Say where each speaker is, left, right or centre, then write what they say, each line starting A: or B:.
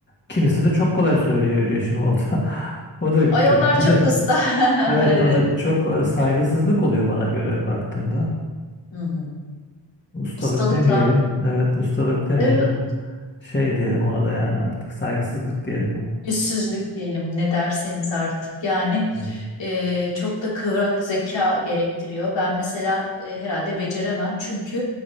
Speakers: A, on the left (about 25°); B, on the left (about 80°).
A: kimisi de çok kolay söylüyor diyor şimdi o da <laughs> o da
B: Ay
A: kötü.
B: onlar
A: Bir
B: çok
A: de
B: usta.
A: evet
B: <laughs> Evet.
A: o da çok e, saygısızlık oluyor bana göre baktığında.
B: Hı hı.
A: Ustalık
B: Ustalıkla.
A: demeyelim. Evet ustalık demeyelim.
B: Evet.
A: Şey diyelim ona da yani artık saygısızlık diyelim.
B: Yüzsüzlük diyelim ne derseniz artık yani
A: Evet.
B: e, çok da kıvrak zeka gerektiriyor. Ben mesela e, herhalde beceremem çünkü